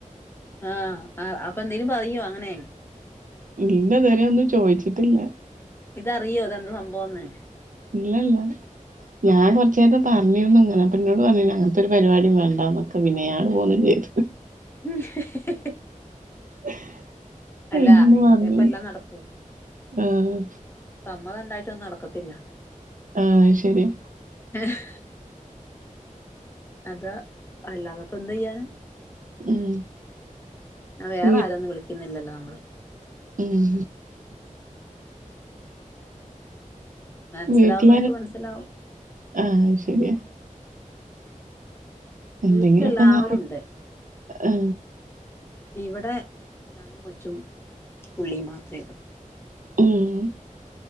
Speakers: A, on the left (about 15°); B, on the right (about 70°).
A: ആഹ് അപ്പൊ എന്തേലും പറയോ അങ്ങനെ.
B: ഇന്ന് വരെ ഒന്നും ചോദിച്ചിട്ടില്ല.
A: ഇതറിയോ ഇതെന്താ സംഭവന്ന്.
B: ഇല്ലല്ല. ഞാൻ കുറച്ച് നേരത്തെ പറഞ്ഞിരുന്നു ഇങ്ങനെ അപ്പോ ഇന്നോട് പറഞ്ഞിരുന്നു അങ്ങനത്തെ ഒരു പരിപാടി വേണ്ടന്നൊക്കെ പിന്നെ ഞാൻ ഇങ്ങോട്ട് പോന്നും ചെയ്തു. <inaudible>
A: <inaudible>
B: <inaudible> അയിനൊന്നും
A: അല്ല അറിയാതെ
B: പറഞ്ഞില്ല
A: ഇപ്പ എല്ലാം നടക്കൂ
B: ആഹ്
A: സമ്മതണ്ടായിട്ടൊന്നും നടക്കത്തില്ല.
B: ആഹ് ശരിയാ.
A: <inaudible> അതാ അല്ലാതപ്പോ എന്ത് ചെയ്യാനാ.
B: ഉം
A: ആഹ് വേറെ
B: വീ-
A: ആരൊന്നും വിളിക്കുന്നില്ലല്ലോ നമ്മള്
B: ഉം
A: മനസ്സിലാവുന്നവർക്ക്
B: വീട്ടിലാരും
A: മനസിലാവും
B: ആ ശരിയാ എന്തെങ്കിലുമൊക്കെ
A: വീട്ടിലെല്ലാവരുണ്ട്
B: ഒന്ന് ആവട്ടെ ആ.
A: ഇവിടെ ഞാനും കൊച്ചും പുള്ളി മാത്രേ ഉള്ളൂ
B: ഉം